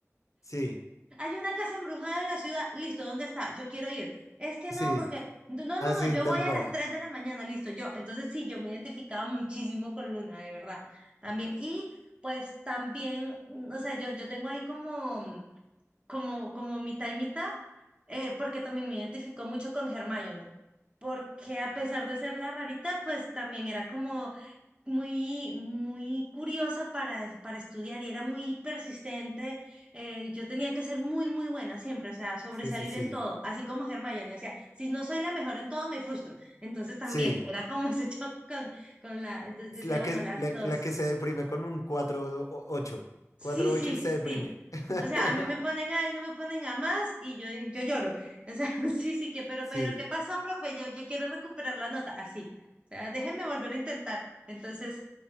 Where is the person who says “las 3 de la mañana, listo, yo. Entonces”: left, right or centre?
Right